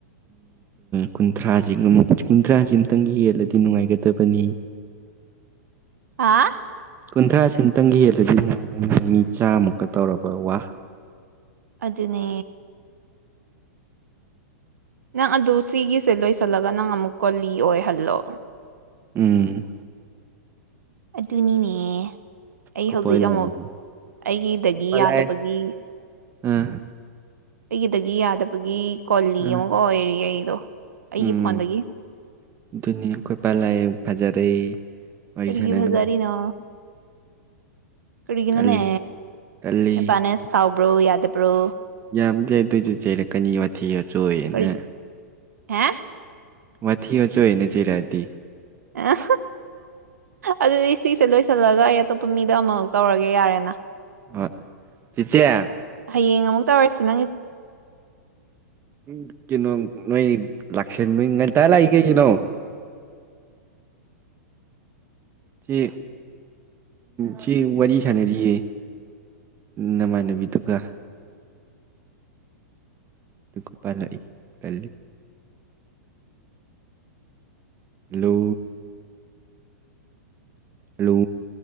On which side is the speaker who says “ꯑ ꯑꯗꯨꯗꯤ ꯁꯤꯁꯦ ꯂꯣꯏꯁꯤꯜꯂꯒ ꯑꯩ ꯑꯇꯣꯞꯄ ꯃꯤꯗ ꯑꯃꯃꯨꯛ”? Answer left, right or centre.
Right